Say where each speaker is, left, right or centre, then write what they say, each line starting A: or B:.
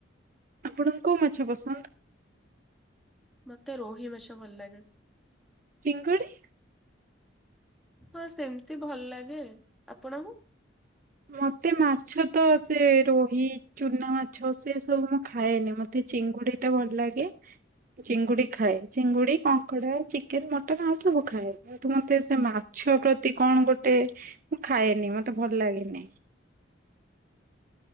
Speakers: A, on the right (about 45°); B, in the centre.
A: ଆପଣଙ୍କୁ କୋଉ ମାଛ ପସନ୍ଦ?
B: ମତେ ରୋହି ମାଛ ଭଲ ଲାଗେ।
A: ଚିଙ୍ଗୁଡି?
B: ହଁ ସେମିତି ଭଲ ଲାଗେ ଆପଣଙ୍କୁ?
A: ମତେ ମାଛ ତ ସେ ରୋହି ଚୁନା ମାଛ ସେ ସବୁ ମୁଁ ଖାଏନି ମତେ ଚିଙ୍ଗୁଡିଟା ଭଲ ଲାଗେ। ଚିଙ୍ଗୁଡି ଖାଏ, ଚିଙ୍ଗୁଡି, କଙ୍କଡା, ଚିକେନ, ମଟନ ଆଉ ସବୁ ଖାଏ। କିନ୍ତୁ ମତେ ସେ ମାଛ ପ୍ରତି କଣ ଗୋଟେ ମୁଁ ଖାଏନି ମତେ ଭଲ ଲାଗେନି।